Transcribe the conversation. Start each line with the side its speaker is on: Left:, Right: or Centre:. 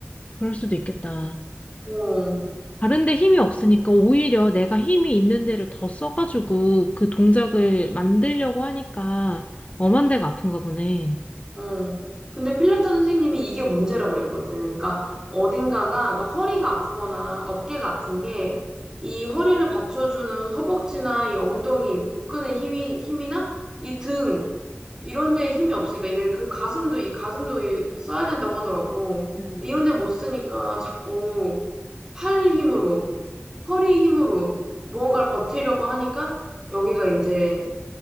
Left: 그럴 수도 있겠다.
Right: 어.
Left: 다른 데 힘이 없으니까 오히려 내가 힘이 있는 데를 더 써가지고 그 동작을 만들려고 하니까 엄한 데가 아픈가 보네.
Right: 어. 근데 필라테스 선생님이 이게 문제라 그랬거든. 그러니까 어딘가가 그러니까 허리가 아프거나 어깨가 아픈 게 이 허리를 받쳐주는 허벅지나 이 엉덩이, 복근의 힘이 힘이나 이 등 이런 데에 힘이 없으니까 이게 그리고 가슴도 이 가슴도 이 써야 된다고 하더라고.
Left: 음.
Right: 이런 데를 못 쓰니까 자꾸 팔 힘으로 허리 힘으로 무언가를 버티려고 하니까 여기가 이제